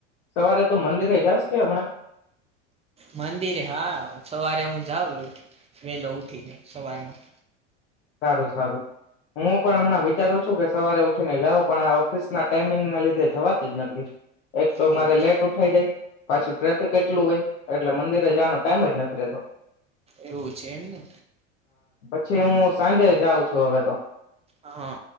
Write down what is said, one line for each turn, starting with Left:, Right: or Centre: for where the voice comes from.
Left: સવારે તું મંદિરે જશ કે <unintelligible>
Right: મંદિરે હા સવારે હું જાઉં વેલો ઉઠીને સવારમાં.
Left: સારું સારું હું પણ હમણાં વિચારું છું કે સવારે ઉઠીને જાાવ પણ આ ઓફિસ ના ટાઈમિંગ ના લીધે જવાતી જ નથી. એક તો
Right: એવું
Left: મારે લેટ ઉઠાઈ જાય. પાછું ટ્રાફિક એટલું હોય એટલે મંદિરે જવાનો ટાઈમ જ નથી રહેતો
Right: એવું છે, એમને
Left: <inaudible> સાંજે જાઉં છું, હવે તો
Right: હા